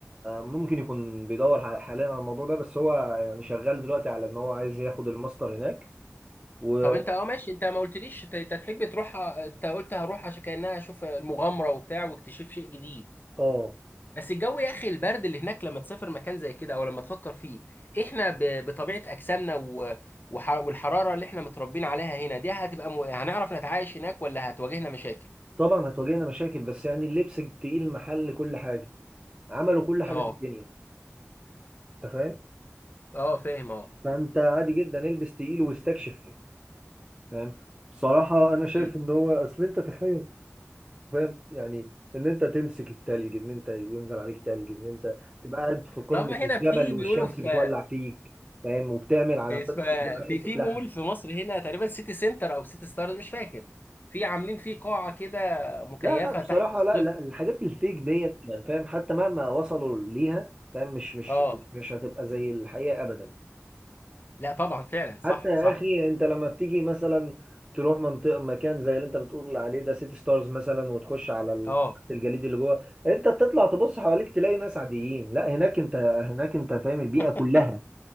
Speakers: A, on the right; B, on the left.
A: ممكن يكون بيدور ح- حاليا على الموضوع ده بس هو يعني شغال دلوقتي على ان هو عايز ياخد الماستر هناك و
B: طب انت اه ماشي انت ما قلتليش انت انت تحب تروح انت قلت هروح عشان كأنها اشوف المغامرة وبتاع واكتشاف شيء جديد
A: اه
B: بس الجو يا اخي البرد اللي هناك لما تسافر مكان زي كده او لما تفكر فيه احنا ب- بطبيعة اجسامنا و... وح... والحرارة اللي احنا متربيين عليها هنا دي هتبقى م... هنعرف نتعايش هناك ولا هتواجهنا مشاكل
A: طبعا هتواجهنا مشاكل بس يعني اللبس التقيل محل كل حاجة عملوا كل حاجة
B: اه
A: في الدنيا انت فاهم
B: اه فاهم اه
A: فانت عادي جدا البس تقيل واستكشف فاهم بصراحة انا شايف
B: مم.
A: ان هو اصل انت تخيل فاهم يعني ان انت تمسك التلج ان انت ينزل عليك تلج ان انت تبقى قاعد في قمة
B: طب هنا
A: الجبل
B: في
A: والشمس
B: بيقولوا في
A: بتولع فيك فاهم وبتعمل على
B: في
A: قمة
B: اسمها-
A: الجبل
B: في
A: حتة
B: في
A: لحم
B: مول في مصر هنا تقريبا سيتي سنتر او سيتي ستارز مش فاكر في عاملين فيه قاعة كده مكيفة
A: لا لا بصراحة
B: تحت الصفر
A: لا لا الحاجات الفيك ديت يعني فاهم حتى مهما وصلوا ليها فاهم مش مش
B: اه
A: مش هتبقى زي الحقيقة ابدا
B: لا طبعا فعلا صح
A: حتى يا
B: صح
A: اخي انت لما بتيجي مثلا تروح منطقه مكان زي اللي انت بتقول عليه ده سيتي ستارز مثلا وتخش على ال-
B: اه
A: الجليد اللي جوه انت بتطلع تبص حواليك تلاقي ناس عاديين لا هناك انت هناك انت فاهم البيئه
B: <laughs>
A: كلها